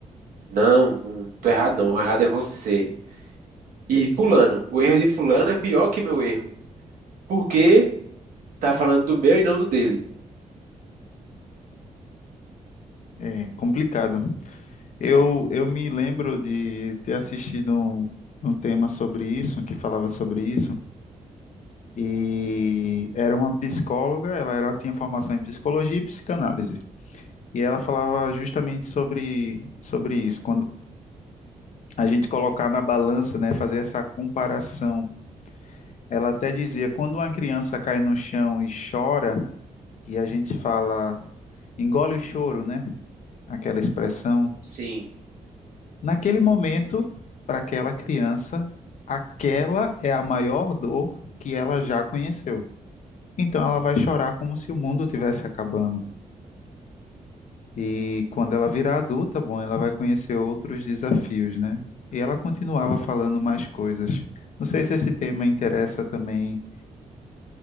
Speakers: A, on the right; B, on the left.
A: não, não tô errado, não, o errado é você. E fulano, o erro de fulano é pior que meu erro, porque tá falando do meu e não do dele.
B: É complicado, Eu, eu me lembro de ter assistido um, um tema sobre isso, que falava sobre isso, e era uma psicóloga, ela era, tinha formação em psicologia e psicanálise, e ela falava justamente sobre, sobre isso, quando a gente colocar na balança, né, fazer essa comparação. Ela até dizia, quando uma criança cai no chão e chora, e a gente fala, engole o choro, né, aquela expressão,
A: Sim.
B: Naquele momento, para aquela criança, aquela é a maior dor que ela já conheceu. Então ela vai chorar como se o mundo tivesse acabando. E quando ela virar adulta, bom, ela vai conhecer outros desafios, né? E ela continuava falando mais coisas. Não sei se esse tema interessa também